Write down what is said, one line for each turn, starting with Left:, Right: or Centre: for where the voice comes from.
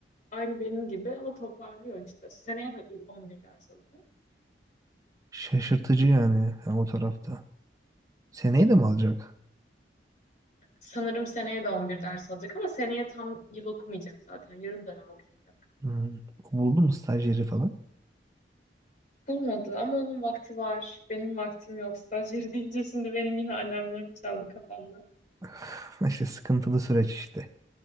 Left: Aynı benim gibi ama toparlıyor işte. Seneye de 11 ders alacak.
Right: Şaşırtıcı yani, yani o tarafta. Seneyi de mi alacak?
Left: Sanırım seneye de 11 ders alacak ama seneye tam yıl okumayacak zaten. Yarım dönem okuyacak.
Right: Hmm. O buldu mu stajyeri falan?
Left: Bulmadı ama onun vakti var. Benim vaktim yok. Stajyeri deyince şimdi benim yine alarmlarım çaldı kafamda.
Right: <laughs> İşte sıkıntılı süreç işte